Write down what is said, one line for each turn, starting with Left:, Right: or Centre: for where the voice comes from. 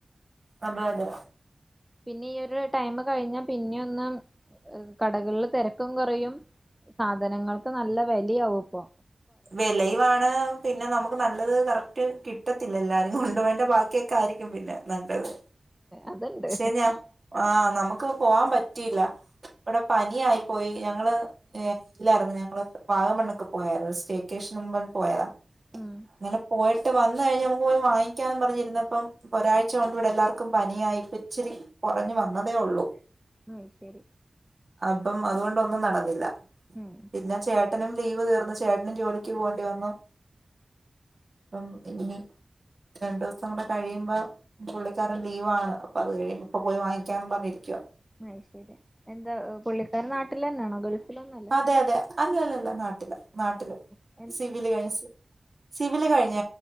Right: അതെ അതെ
Centre: പിന്നെ ഈ ഒരു ടൈമ് കഴിഞ്ഞ പിന്നെ ഒന്ന് കടകളില് തെരക്കും കൊറയും. സാധനങ്ങൾക്ക് നല്ല വെലി ആവുംഇപ്പൊ.
Right: വെലയുംആണൊ. പിന്നെ നമുക്ക് നല്ലത് കറക്റ്റ് കിട്ടത്തില്ലല്ല. എല്ലാരും കൊണ്ടുപോയെന്റെ ബാക്കിയൊക്കെ ആയിരിക്കും പിന്നെ. നല്ലത്.
Centre: അതുണ്ട്
Right: ശേ ഞാൻ ആ നമുക്ക് പോവാൻ പറ്റിയില്ല. ഇവിടെ പനി ആയി പോയി. ഞങ്ങള് ഇല്ലായിരുന്നു ഞങ്ങള് വാഗമണ്ണ്ക്ക് പോയായിരുന്നു. <unintelligible> ക്കേഷ്ണ പറഞ്ഞ് പോയതാ.
Centre: ഉം
Right: അങ്ങനെ പോയി ഇട്ട് വന്ന് കഴിഞ്ഞാ നമുക്ക് പോയി വാങ്ങിക്കാന്ന് പറഞ്ഞിരുന്നപ്പം ഒരാഴ്ച കൊണ്ട് ഇവിടെ എല്ലർക്കും പനിയായി ഇപ്പച്ചിരി. കൊറഞ്ഞു വന്നതേ ഒള്ളു.
Centre: അത് ശരി
Right: അപ്പം അതുകൊണ്ടൊന്നും നടന്നില്ല.
Centre: ഉം
Right: പിന്നെ ചേട്ടനും ലീവ് തീർന്ന് ചേ ജോലിക്ക് പോകേണ്ടി വന്നു അപ്പം ഇ രണ്ടുസം കൂടെ കഴിയുമ്പോ പുള്ളിക്കാരൻ ലീവാണ് അപ്പൊ അത് കഴിയ ഇപ്പൊ പോയി വാങ്ങിക്കാന്ന് പറഞ്ഞിരിക്കുവോ
Centre: അയ് ശരി എന്താ പുള്ളിക്കാര നാട്ടിൽ തന്നെയാണോ ഗൾഫിലൊന്നുല്ലല്ലോ
Right: അതെ അതെ അല്ലല്ലല്ല നാട്ടില നാട്ട
Centre: പിന്നെ
Right: സിവിില് കഴി സ് സിവിില് കഴിഞ്ഞ